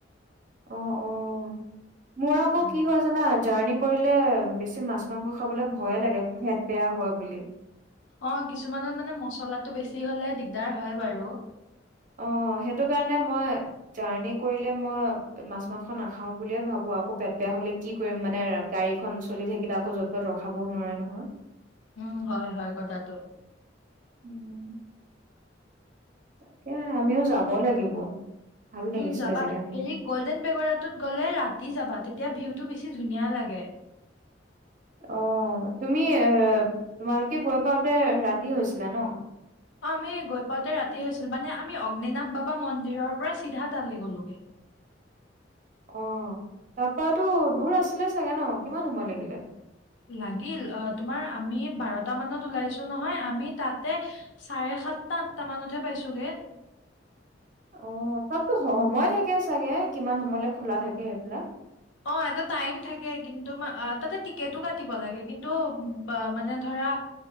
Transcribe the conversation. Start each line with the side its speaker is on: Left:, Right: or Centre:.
Right: আহ অ মোৰ আকৌ
Left: উম।
Right: কি হয় জানা? জাৰ্ণি কৰিলে বেছি মাছ মাংস খাবলে ভয়ে লাগে, পেট বেয়া হয় বুলি।
Left: অ কিছুমানত মানে মছলাটো বেছি হলে দিগদাৰ হয় বাৰু।
Right: অ সেইটো কাৰণে মই জাৰ্ণি কৰিলে মই মাছ মাংসখন নাখাও বুলিয়ে ভাবো আকৌ পেট বেয়া হলে কি কৰিম মানে গাড়ীখন চলি থাকিলে আকৌ য'ত ত'ত ৰখাবও নোৱাৰে নহয়।
Left: উম হয়, হয়, কথাটো।
Right: উম, তাকে আমিও যাব লাগিব। ভাল লাগিছিলে
Left: উম যাবা
Right: জেগাখিনি
Left: হেৰি গল্ডেন পেগডাটোত গ'লে ৰাতি যাবা দেই। এতিয়া ভিউটো বেছি ধুনীয়া লাগে।
Right: অ তুমি এ, তোমালোকে গৈ পাওঁতে ৰাতি হৈছিলে ন?
Left: আমি গৈ পাওঁতে ৰাতি হৈছিলে, মানে আমি অগ্নিনাাথ বাবা মন্দিৰৰ পৰা চিধা তালি গ'লোগৈ।
Right: অ তাৰপৰাটো দূৰ আছিলে চাগে ন? কিমান সময় লাগিলে?
Left: লাগিল তোমাৰ আমি বাৰটা মানত ওলাইছোঁ নহয়, আমি তাতে চাৰে সাতটা আঠটা মানতহে পাইছগৈ।
Right: অ তাতো সময় থাকে চাগে কিমান সময়লে খোলা থাকে এইবিলাক।
Left: অ এটা টাইম থাকে, তাতে টিকটো কাটি লাগে কিন্তু মানে ধৰা